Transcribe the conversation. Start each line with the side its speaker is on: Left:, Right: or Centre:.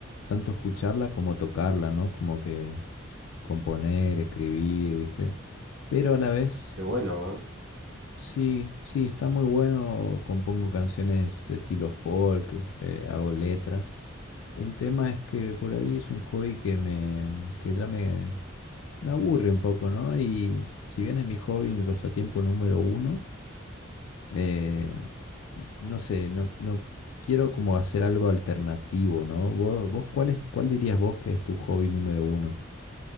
Left: tanto escucharla como tocarla, ¿no? Como que componer, escribir, ¿viste? Pero a la vez,
Right: Qué bueno, ¿eh?
Left: sí, sí, está muy bueno. Compongo canciones de estilo folk, eh, hago letras. El tema es que por ahí es un hobby que me, que ya me, me aburre un poco, ¿no? Y si bien es mi hobby, mi pasatiempo número uno eh, no sé, no, no quiero como hacer algo alternativo, ¿no? ¿Vos, vos cuál es, cuál dirías vos que es tu hobby número uno?